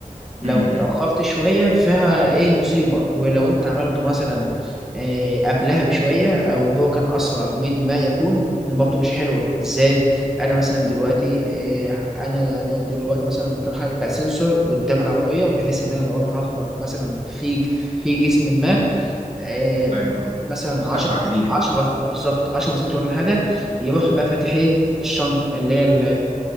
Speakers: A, in the centre; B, on the right.
A: لو
B: امم
A: اتاخرت شويه فيها ايه مصيبه ولو انت عملته مثلا إيه قبلها بشويه او هو كان اسرع من ما يكون برضه مش حلوه ازاي انا مثلا دلوقتي إيه انا دلوقتي مثلا كل حاجه بقى سنسور قدام العربيه بحيث ان انا لو انا هخبط مثلا في في جسم ما آه،
B: ايوه
A: مثلا
B: استشعر
A: 10
B: بيه
A: 10
B: او
A: بالظبط 10 بسنت ولا حاجة يروح بقى فاتح ايه الشنطة اللي هي ال-